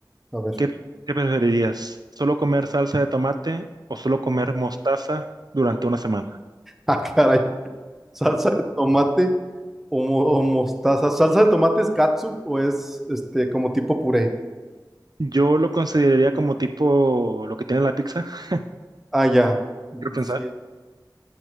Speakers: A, in the centre; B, on the right.
A: A ver.
B: ¿Qué,
A: <laughs>
B: qué preferirías? ¿Solo comer salsa de tomate o solo comer mostaza durante una semana?
A: Ah, caray. ¿Salsa de tomate o, mo- o mostaza? ¿Salsa de tomate es catsup o es este como tipo puré?
B: Yo lo consideraría como tipo lo que tiene la pizza, <laughs>
A: Ah, ya.
B: quiero pensar.
A: Sí,